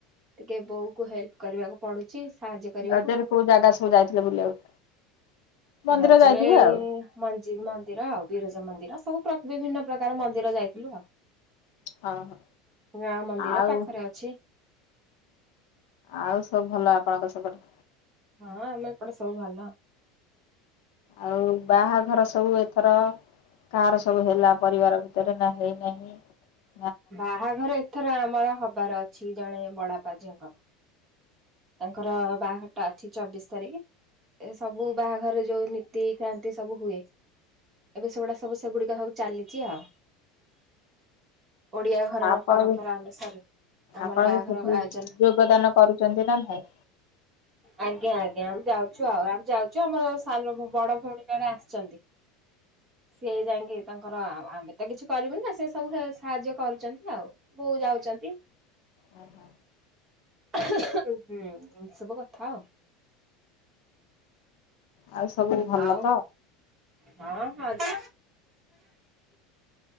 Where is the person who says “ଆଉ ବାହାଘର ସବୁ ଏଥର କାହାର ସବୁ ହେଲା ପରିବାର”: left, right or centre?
Left